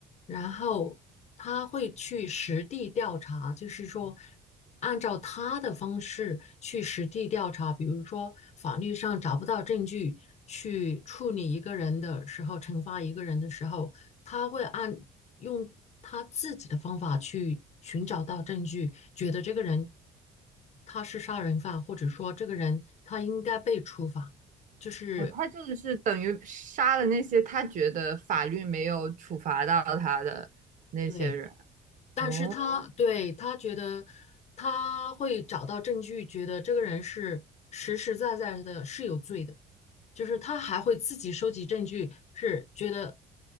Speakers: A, on the left; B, on the right.
A: 然后他会去实地调查，就是说按照他的方式去实地调查，比如说法律上找不到证据去处理一个人的时候，惩罚一个人的时候，他会按用他自己的方法去寻找到证据，觉得这个人他是杀人犯，或者说这个人他应该被处罚，就是
B: 哦，他就是等于杀了那些他觉得法律没有处罚到他的那些人，
A: 对。但是他对他觉得
B: 哦，
A: 他会找到证据，觉得这个人是实实在在的是有罪的，就是他还会自己收集证据，是觉得